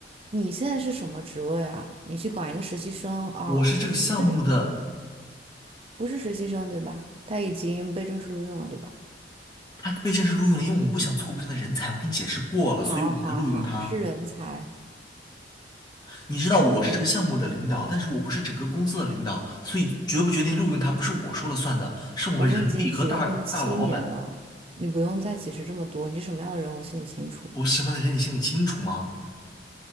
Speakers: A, on the right; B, on the left.
A: 你现在是什么职位啊？你去管一个实习生哦？
B: 我是这个项目的。
A: 对，不是实习生对吧？他已经被正式录用了对吧？
B: 他被正式录用了，因为我们不想错过这样的人才，我跟你解释过了，
A: 好，
B: 所以我们才录用他。
A: 好，好，是人才。
B: 你知道我是这个项目的领导，但是我不是整个公司的领导，所以决不决定录用他不是我说了算的，是我们人力和大大老板
A: 我们已经结婚七年了，你不用再解释这么多。你是什么样的人，我心里清楚，
B: 我是什么的人，你心里清楚吗？